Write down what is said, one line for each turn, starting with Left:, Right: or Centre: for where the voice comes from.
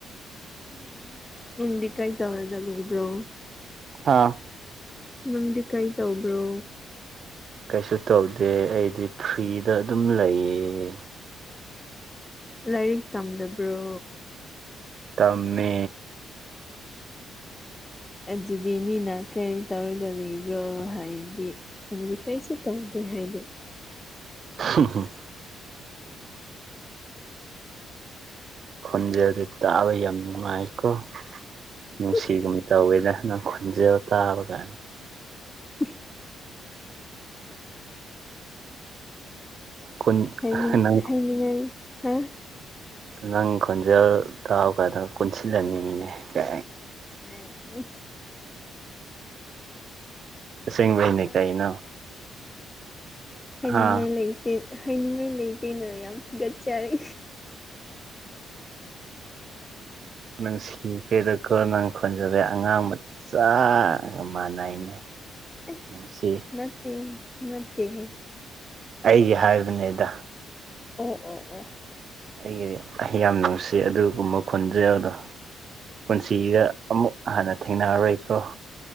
Left: ꯎꯟ ꯅꯪꯗꯤ ꯀꯩ ꯇꯧꯔꯒ ꯂꯩꯕ꯭ꯔꯣ
Right: ꯑꯥ
Left: ꯅꯪꯗꯤ ꯀꯩ ꯇꯧꯕ꯭ꯔꯣ
Right: ꯀꯩꯁꯨ ꯇꯧꯗꯦ ꯑꯩꯗꯤ ꯐ꯭ꯔꯤꯗ ꯑꯗꯨꯝ ꯂꯩꯌꯦ
Left: ꯂꯥꯏꯔꯤꯛ ꯇꯝꯗꯕ꯭ꯔꯣ
Right: ꯇꯝꯃꯦ
Left: ꯑꯗꯨꯗꯤ ꯃꯤꯅ ꯀꯔꯤ ꯇꯧꯔꯒ ꯂꯩꯕ꯭ꯔꯣ ꯍꯥꯏꯔꯗꯤ ꯑꯗꯨꯗꯤ ꯀꯩꯁꯨ ꯇꯧꯗꯦ ꯍꯥꯏꯗꯤ
Right: ꯎ ꯈꯣꯟꯖꯦꯜꯗꯤ ꯇꯥꯕ ꯌꯥꯝ ꯅꯨꯡꯉꯥꯏꯀꯣ ꯅꯨꯡꯁꯤꯒꯨꯝ
Left: ꯏꯁ
Right: ꯇꯧꯋꯦꯗ ꯅꯡ ꯈꯣꯟꯖꯦꯜ ꯇꯥꯕꯒ
Left: <inaudible>
Right: ꯈꯨꯟ
Left: ꯍꯥꯏꯅꯤꯡ
Right: ꯅꯪ
Left: ꯍꯥꯏꯅꯤꯡꯉꯥꯏ ꯍꯥ
Right: ꯅꯪ ꯈꯣꯟꯖꯦꯜ ꯇꯥꯕ ꯀꯥꯟꯗ ꯀꯣꯟꯁꯤꯜꯂꯟꯅꯤꯅꯦ ꯀ
Left: ꯑ
Right: ꯑꯁꯦꯡꯕꯩꯅꯦ
Left: ꯌꯥꯔꯦ
Right: ꯀꯩꯅꯣ
Left: ꯍꯥꯏꯅꯤꯡꯉꯥꯏ
Right: ꯍꯥ
Left: ꯂꯩꯇꯦ ꯍꯥꯏꯅꯤꯡꯉꯥꯏ ꯂꯩꯇꯦꯅ ꯌꯥꯝ ꯊꯥꯒꯠꯆꯔꯤ
Right: ꯃꯁꯤ ꯀꯩꯗ ꯀꯣꯔꯣꯅꯥꯅ ꯈꯣꯟꯖꯕꯩ ꯑꯉꯥꯡ ꯃꯆꯥꯒ ꯃꯥꯟꯅꯩꯅꯦ
Left: ꯑꯁ
Right: ꯅꯨꯡꯁꯤ
Left: ꯅꯠꯇꯦ ꯅꯠꯇꯦꯍꯦ
Right: ꯑꯩꯒꯤ ꯍꯥꯏꯕꯅꯤꯗ
Left: ꯑꯣ ꯑꯣ ꯑꯣ
Right: ꯑꯩꯒꯤꯗꯤ ꯌꯥꯝ ꯅꯨꯡꯁꯤ ꯑꯗꯨꯒꯨꯝꯕ ꯈꯣꯟꯖꯩ ꯑꯗꯣ ꯄꯨꯟꯁꯤꯁꯤꯗ ꯑꯃꯨꯛ ꯍꯥꯟꯅ ꯊꯦꯡꯅꯔꯔꯣꯏꯀꯣ